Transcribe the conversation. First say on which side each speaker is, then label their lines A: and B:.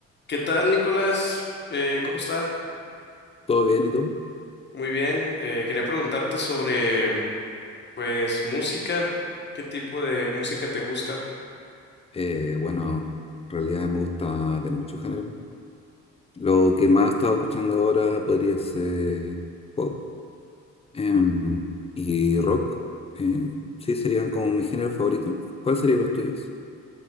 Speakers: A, on the left; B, on the left.
A: ¿Qué tal, Nicolás? Eh, ¿cómo está?
B: ¿Todo bien y tú?
A: Muy bien. Eh, quería preguntarte sobre, pues, música. ¿Qué tipo de música te gusta?
B: Eh, bueno, en realidad me gusta de muchos géneros. Lo que más he estado escuchando ahora podría ser pop em, y rock. eh, sí, serían como mi género favorito. ¿Cuáles serían los tuyos?